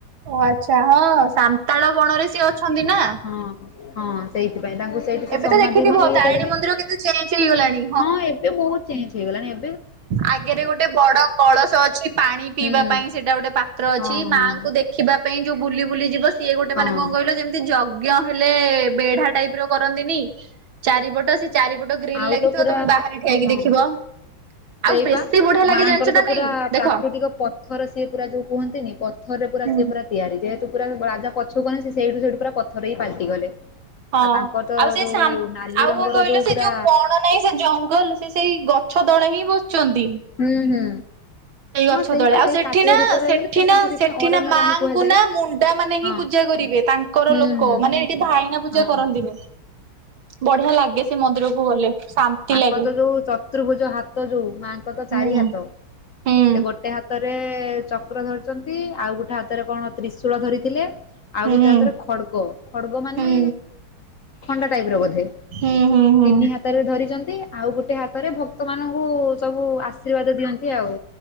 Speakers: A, on the right (about 75°); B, on the left (about 55°).
A: ଓ ଆଚ୍ଛା ହଁ ସାନ୍ତାଳ ବଣରେ ସିଏ ଅଛନ୍ତି ନା।
B: ହଁ ହଁ ସେଇଥିପାଇଁ ତାଙ୍କୁ ସେଇଠି ସେ
A: ଏବେ
B: ସମାଧି
A: ତ ଦେଖିଥିବ
B: ମାନେ ଇଟ
A: ତାରିଣୀ
B: ବୋଲି
A: ମନ୍ଦିର କେତେ ଚେଞ୍ଜ ହେଇଗଲାଣି
B: ହଁ ଏବେ ବହୁତ ଚେଞ୍ଜ ହେଇଗଲାଣି, ଏ
A: ଆଗେରେ ଗୋଟେ ବଡ କଳସ ଅଛି ପାଣି ପିଇବା
B: ହଁ
A: ପାଇଁ ସେଇଟା ଗୋଟେ ପା ତ୍ର
B: ହଁ
A: ଅଛି ମାଆଙ୍କୁ ଦେଖିବା ପାଇଁ ଯୋଉ ବୁଲି ବୁଲି ଯିବ ସିଏ ଗୋଟେ
B: ହଁ
A: ମାନେ କଣ କହିଲ ଯେମ ଯଜ୍ଞ ହେଲେ ବେଢା ଟାଇପ ର କରନ୍ତିନି ଚାରିପଟ ସେ ଚାରିପଟ ଗୋ ଗ୍ରୀଲ୍
B: ଆଉ
A: ଲାଗିଥିବ
B: ତ ପୁରା
A: ତମେ ବାହାରେ ଠିଆ ହେଇକି
B: ହଁ
A: ଦେଖିବ।
B: ସେଇପା
A: ଆଉ ବେଶୀ ବଢିଆ
B: ମାଆଙ୍କର
A: ଲାଗେ ଜାଣିଛ
B: ତ
A: ନା
B: ପୁରା
A: ନାଇଁ
B: ପ୍ରାକୃତିକ
A: ଦେଖ
B: ପଥର ସିଏ ପୁରା ଯୋଉ କୁହନ୍ତିନି ପଥରରେ ପୁରା
A: ହୁଁ।
B: ସିଏ ପୁରା ତିଆରି ଯେହେତୁ ପୁରା ରାଜା ପଛୁକୁ ହନ ସେଇଠୁ ସେଇଠୁ ପୁରା ପଥରରେଇ ପାଲଟି ଗଲେ।
A: ହଁ
B: ଆ ତାଙ୍କର ତ
A: ଆଉ ସେ
B: ଯୋଉ
A: ସାମ୍
B: ନାଲି
A: ଆଉ
B: ରଙ୍ଗର
A: କଣ କହିଲ
B: ଯୋଉ
A: ସେ
B: ପୁରା
A: ଯୋଉ ବଣ ନାହିଁ ସେ ଜଙ୍ଗଲ ସେ ସେଇ ଗଛ ଦଳେ ହିଁ ବସଛନ୍ତି।
B: ହୁଁ ହୁଁ।
A: ସେଇ ଗଛ
B: ହଁ ସେଇପା
A: ତଳେ ଆଉ
B: ସେଇ
A: ସେଠି
B: କାଦୁଅ
A: ନା
B: ଭିତରେ
A: ସେଠି
B: ରହିଗଲେ ସେ
A: ନା
B: ତାଙ୍କୁ ସେଥିପାଇଁ
A: ସେଠି
B: ଅରଣ୍ୟ
A: ନା ମାଙ୍କୁ
B: ରାଣୀ କୁହାଯାଏ।
A: ନା ମୁଣ୍ଡା ମାନେ ହିଁ
B: ହଁ
A: ପୂଜା କରିବେ। ତାଙ୍କର
B: ହୁଁ
A: ଲୋକ
B: ହୁଁ
A: ମାନେ ଏଇଠି ଭାଇନା ପୂଜା
B: ହଁ।
A: କରନ୍ତିନି। ବଢିଆ ଲାଗେ ସେ ମନ୍ଦିରକୁ ଗଲେ। ଶାନ୍ତି
B: ତାଙ୍କ
A: ଲାଗେ
B: ତ ଯୋଉ ଚତୁର୍ଭୁଜ ହାତ ଯୋଉ ମାଙ୍କର ତ
A: ହୁଁ
B: ଚାରି ହାତ। ସେ
A: ହୁଁ।
B: ଗୋଟେ ହାତରେ ଚକ୍ର ଧରି ଆଉ ଗୋଟେ ହାତରେ କଣ ତ୍ରିଶୂଳ ଧରିଥିଲେ ଆଉ
A: ହୁଁ
B: ଗୋଟେ
A: ହୁଁ
B: ହାତରେ ଖଡ୍ଗ। ଖଡ଼ଗ ମାନେ
A: ହୁଁ
B: ଖଣ୍ଡା ଟାଇପ୍ ର ବୋଧେ।
A: ହୁଁ ହୁଁ ହୁଁ।
B: ତିନି ହାତରେ ଧରିଚନ୍ତି ଆଉ ଗୋଟେ ହାତରେ ଭକ୍ତ ମାନଙ୍କୁ ସବୁ ଆଶୀର୍ବାଦ ଦିଅନ୍ତି ଆଉ।